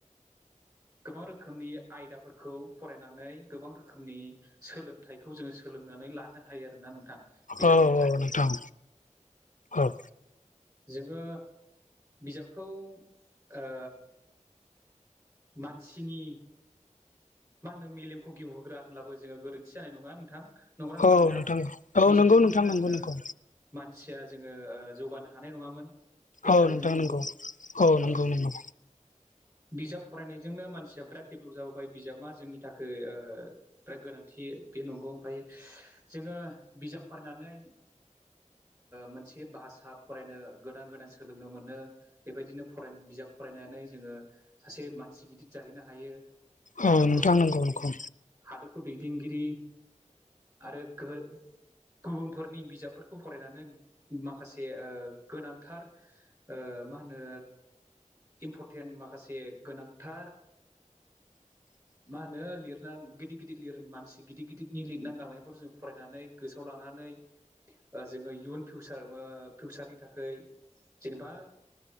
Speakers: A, on the right (about 25°); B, on the left (about 75°).
A: गोबां रोखोमनि आयदाफोरखौ फरायनानै गोबां रोखोमनि सोलोंथाइखौ जोङो सोलोंनानै लानो हायो आरोना नोंथां। बिजाबनिफ्राय
B: औ औ नोंथां औ।
A: जोङो बिजाबखौ ओ मानसिनि मा होनो मेलेमखौ गिवहोग्रा होनब्लाबो जोङो गोरोन्थि जानाय नङा नोंथां नंग'ना नङा
B: औ
A: नोंथां?
B: औ
A: बिजाब
B: नंगौ
A: नङामोनब्ला
B: नोंथां नंगौ
A: जोङो
B: नंगौ
A: मानसिया जोङो ओ जौगानो हानाय नङामोन। बे
B: औ
A: थारैनो
B: नोंथां
A: नंगौ
B: नंगौ
A: औ।
B: नंगौ
A: बिजाब फरायनायजोंनो मानसिया बिराद डेभलप जाबोबाय बिजाबा जोंनि थाखाय फ्राय गोनांथि बे नंगौ ओमफाय जोङो बिजाब फरायनानै मोनसे भाषा फरायनो गोदान गोदान सोलोंनो मोनो। बेबायदिनो फराय बिजाब फरायनानै जोङो सासे मानसि गिदिर जाहैनो हायो।
B: औ
A: हादरखौ
B: नोंथां
A: सालायगिरि
B: नंगौ नंगौ
A: हादरखौ दैदेनगिरि आरो गो गुबुनफोरनि बिजाबफोरखौ फरायनानै माखासे ओ गोनांथार ओ मा होनो इम्परटेन्ट माखासे गोनांथार
B: <inaudible>
A: मा होनो लिरना गिदिर गिदिर लिर मानसि गिदिर गिदिरनि लिरना गालांनायफोर जों फरायनानै गोसोआव लानानै जोङो इयुन फिसार फिउसारनि थाखाय जेनेबा